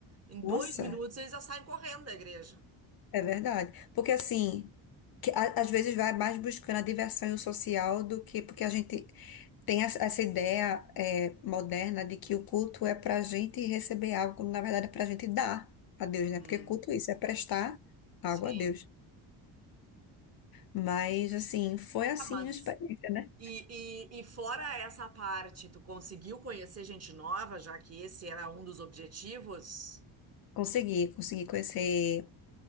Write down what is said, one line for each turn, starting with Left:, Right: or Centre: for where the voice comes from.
Right: em dois
Left: nossa,
Right: minutos eles já saem correndo da igreja.
Left: É verdade. Porque assim, que a- às vezes vai mais buscando a diversão e o social do que porque a gente tem essa essa ideia é, moderna de que o culto é para a gente receber algo, quando na verdade é para a gente dar a Deus,
Right: Uhum.
Left: né? Porque culto é isso, é prestar algo
Right: Sim.
Left: a Deus. Mas assim, foi assim
Right: Ah, Mas
Left: a experiência, né?
Right: e, e, e fora essa parte, tu conseguiu conhecer gente nova, já que esse era um dos objetivos?
Left: Consegui, consegui conhecer